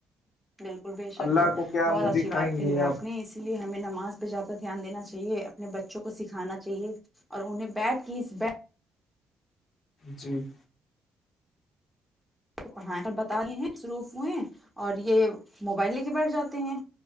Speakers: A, in the centre; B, on the left.
A: بالکل بھیے شکب
B: اللہ کو کیا
A: بہت
B: منہ
A: اچھی
B: دکھائیں
A: بات کہی
B: گے
A: ہے آپ نے اس اس لیے ہمیں نماز پہ جا کر دھیان دینا چاہیے اپنے بچوں کو سکھانا چاہیے اور انہیں بیٹ کی اس بیٹ
B: جی
A: پڑھائے اور بتے ہیں شروف ہوئے اور یہ موبائل لے کے بیٹھ جاتے ہیں